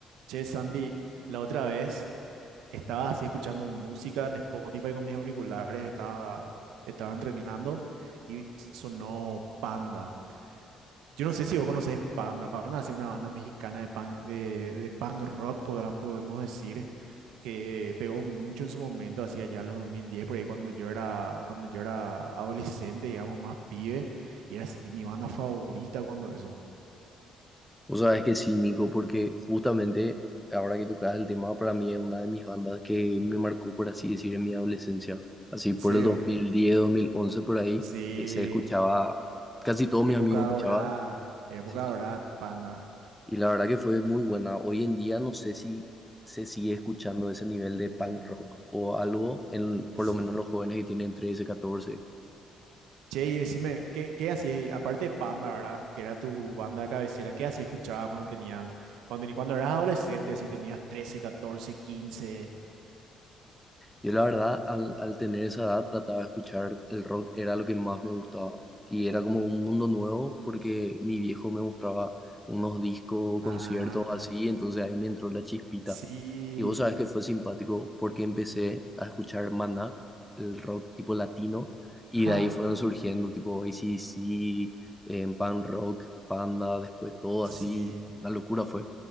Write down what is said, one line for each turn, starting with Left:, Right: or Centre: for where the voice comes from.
Right: Che, Sandy, la otra vez estaba así escuchando música en Spotify con mis auriculares, estaba, estaba entrenando y sonó Panda. Yo no sé si vos conocés Panda. Panda es una banda mexicana de punk, de, de punk rock, podrán, podemos decir, que pegó mucho en su momento, hacia allá los 2010 por ahí cuando yo era, cuando yo era adolescente, digamos, más pibe, y era así mi banda favorita cuando eso.
Centre: Vos sabés que sí, Nico, porque justamente ahora que tocas el tema, para mí es una de mis bandas que me marcó, por así decir, en mi adolescencia. Así
Right: ¿En
Centre: por
Right: serio?
Centre: el 2010, 2011, por ahí,
Right: Sí.
Centre: eh, se escuchaba, casi todos
Right: Época
Centre: mis amigos escuchaban,
Right: dorada, época
Centre: sí.
Right: dorada, Panda.
Centre: Y la verdad que fue muy buena. Hoy en día no sé si se sigue escuchando ese nivel de punk
Right: Mm,
Centre: rock o algo, en, por
Right: y sí.
Centre: lo menos los jóvenes que tienen 13, 14.
Right: Che, y decime, ¿qué, qué hacías, aparte de Panda, ¿verdad? Que era tu banda de cabecera, ¿qué así escuchabas cuando tenías, cuando, teni- cuando eras adolescente, así tenías trece catorce quince
Centre: Yo la verdad, al, al tener esa edad, trataba de escuchar el rock, era lo que más me gustaba. Y era como un mundo nuevo porque mi viejo me mostraba unos discos o conciertos
Right: Ah,
Centre: así, entonces ahí me entró la chispita.
Right: sí.
Centre: Y vos sabés que fue simpático porque empecé a escuchar Maná, el rock tipo latino, y
Right: Ja,
Centre: de ahí fueron surgiendo tipo AC/DC, en Pan Rock, Panda, después todo
Right: sí.
Centre: así, la locura fue.